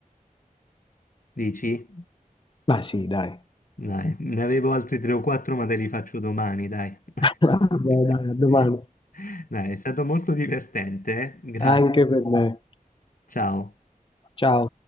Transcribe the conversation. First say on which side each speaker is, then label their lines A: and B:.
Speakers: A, on the left; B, on the left.
A: Dici?
B: Ma sì, dai,
A: Dai, ne avevo altri tre o quattro, ma te li faccio domani, dai.
B: <laughs> Vabbè,
A: <laughs>
B: dai, a domani.
A: Dai, è stato molto divertente, eh? Grazie.
B: anche per me.
A: Ciao.
B: Ciao.